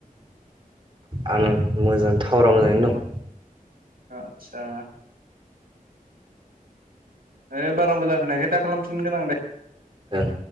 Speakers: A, on the right; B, on the right.
A: आनो मोजां टावारा मोजाङैनो दं।
B: आतसा। आरो बारा मोजां खोनायाखै दा खालामफिनगोन आं दे।
A: ओं।